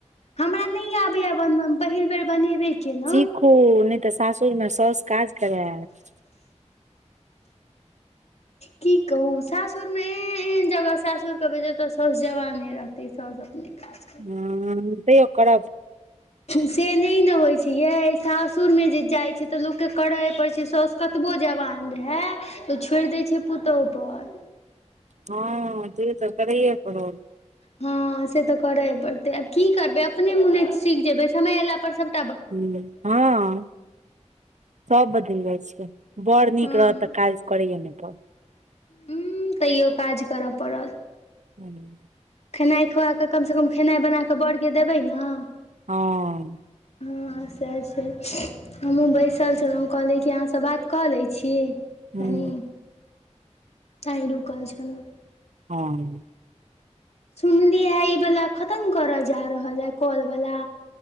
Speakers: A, on the left (about 60°); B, on the right (about 75°).
A: हमरा नहि आबैय यै बनब हम पहिल बेर बनेबे कलहुँ
B: सीखू नहि तऽ सासुर मे साउस काज करैत
A: की कहू सासुर मे एन जगह सासुर के भेज ते साउस जवान रहतै ताहि सबसँ अपने काज
B: हूं तइयो कर
A: से नहि ने होइत छै यै सासुरमे जे जाइत छै तऽ लोक के करय पड़ैत छै सास कतबो जवान रहै तऽ ओ छोड़ि दै छै पुतोह पर
B: हँ तै तऽ करैए पर
A: हँ से तऽ करै पड़तै आब की करबै अपने मुने सीख जेबै समय एयला पर सभ
B: ह हँ सब बदैल जाइ छै बड़ नीक
A: हँ
B: रहत तऽ काज करैय ने परत
A: उँ तैयो काज करय पड़त
B: हूँ
A: खेनाइ खुआ कऽ कमसँ कम खेनाइ बना कऽ बरके देबै ने
B: हँ
A: हँ सहै छै हमहुँ बैसल छलहुँ कहलिय कि अहाँसँ बात कऽ लै छी
B: हूँ
A: कनी तै रुकल छलहुँ
B: हां
A: सुनली है ई वला खतम करऽ जा रहल है काॉल वला